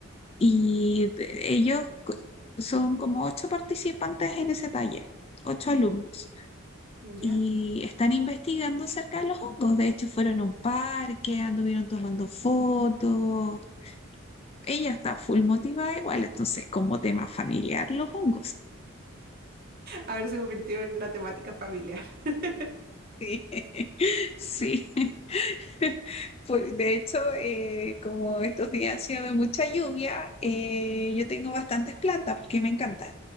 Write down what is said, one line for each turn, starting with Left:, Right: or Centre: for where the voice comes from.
Left: Y de- ellos co- son como ocho participantes en ese taller, ocho alumnos.
Right: ¿Ya?
Left: Y están investigando acerca de los hongos. De hecho, fueron a un parque, anduvieron tomando fotos. Ella está full motivada igual, entonces como tema familiar los hongos.
Right: Ahora se convirtió en una temática familiar. <laughs>
Left: <laughs> Sí. <laughs> Pues, de hecho, eh, como estos días han sido de mucha lluvia, eh, yo tengo bastantes plantas porque me encantan.